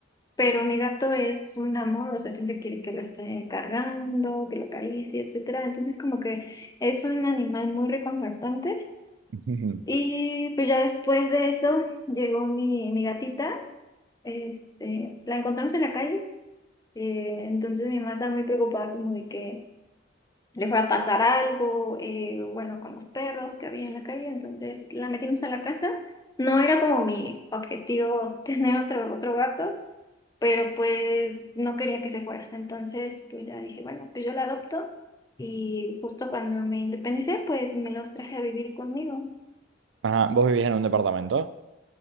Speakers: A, on the left; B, on the right.
A: pero mi gato es un amor, o sea, siempre quiere que lo esté cargando, que lo acaricie, etcétera, entonces como que es un animal muy reconfortante
B: <laughs> ujú.
A: y pues ya después de eso llegó mi, mi gatita, este, la encontramos en la calle, eh, entonces mi mamá estaba muy preocupada como de que le fuera a pasar algo, eh, bueno, con los perros que había en la calle, entonces la metimos a la casa. No era como mi objetivo <laughs> tener otro, otro gato, pero pues no quería que se fuera, entonces pues ya dije, bueno, pues yo la adopto y justo cuando me independicé, pues me los traje a vivir conmigo.
B: Ajá, ¿vos vivís en un departamento?